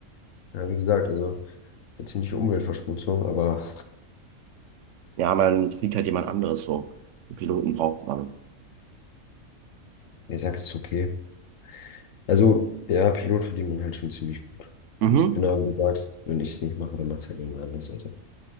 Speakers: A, on the left; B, on the right.
A: ja, wie gesagt, also eine ziemliche Umweltverschmutzung, aber
B: Ja, man fliegt halt jemand anderes so. Die Piloten braucht man.
A: ich sag, es ist okay. Also, ja, Pilot verdient man halt schon ziemlich gut.
B: Mhm.
A: Genau wie du sagst, wenn ich es nicht mache, dann macht es halt irgendwer anders. Also